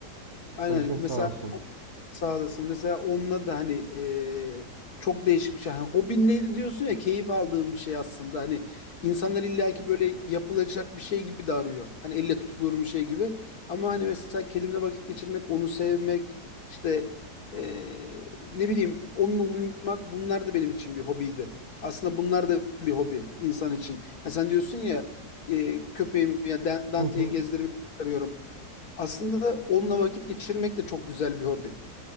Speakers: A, on the left; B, on the right.
A: Aynen
B: başın sağ
A: mesela
B: olsun.
A: sağ olasın. Mesela onunla da hani e, çok değişik bir şey. Hani hobin neydi diyorsun ya keyif aldığın bir şey aslında. Hani insanlar illaki böyle yapılacak bir şey gibi de arıyor. Hani elle tutulur bir şey gibi. Ama hani mesela kedimle vakit geçirmek, onu sevmek, işte e, ne bileyim onunla uyumak bunlar da benim için bir hobiydi. Aslında bunlar da bir hobi insan için. Ha sen diyorsun ya e, köpeğimi ya Da- Dante'yi
B: <laughs>
A: gezdirmeye çıkarıyorum. Aslında onunla vakit geçirmek de çok güzel bir hobi.